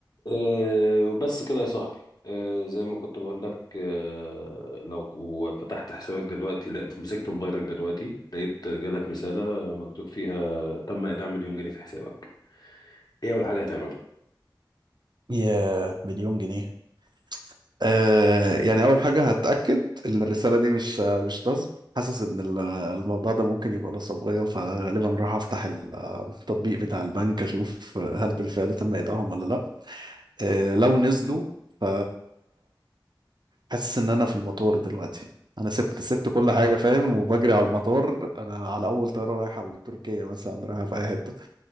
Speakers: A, on the left; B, on the right.
A: أه وبس كده يا صاحبي أه زي ما كنت بقول لك أه لو فتحت حسابك دلوقتي لا مسكت موبايلك دلوقتي لقيت جالك رسالة مكتوب فيها تم إيداع مليون جنيه في حسابك ايه أول حاجة هتعملها؟
B: يا مليون جنيه آه يعني اول حاجه هتاكد ان الرساله دي مش مش نصب حاسس ان ال- الموضوع ده ممكن يبقى نصبيه فغالبا راح افتح ال- التطبيق بتاع البنك اشوف هل بالفعل تم ايداعهم ولا لا آه لو نزلوا ف حاسس ان انا في المطار دلوقتي انا سبت سبت كل حاجه فاهم وبجري على المطار انا على اول طياره رايحه لتركيا مثلا رايحه في اي حته